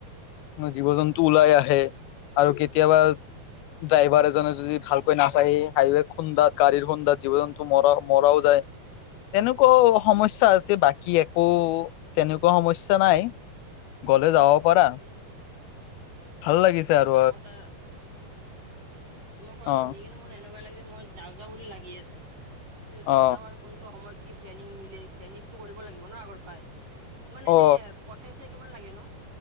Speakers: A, on the left; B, on the right.
A: জীৱ-জন্তু ওলাই আহে, আৰু কেতিয়াবা ড্ৰাইভাৰ এজনে, যদি ভালকৈ নাচায়, এই হাইৱে খুন্দাত গাড়ীৰ, খুন্দাত জীৱ-জন্তু মৰা, মৰাও যায়। তেনেকুৱাও সমস্যা আছে, বাকী একো তেনেকুৱা সমস্যা নাই। গ'লে যাব, পাৰা। ভাল লাগিছে
B: অ,
A: আৰু
B: তোমাৰ কথা, তোমাৰ কথাটো
A: অ
B: শুনি কিনে মোৰ এনেকুৱা লাগিছে, মই যাওঁ, যাওঁ, বুলি লাগি আছিল, ত, এতিয়া
A: অ
B: চাওঁ আৰু। কোনটো সময়ত কি প্লেনিং মিলে, প্লেনিংটো কৰিব লাগিব ন, আগৰ পৰাই, মানে
A: অ
B: এনে পই চা, কিমান লাগে নো,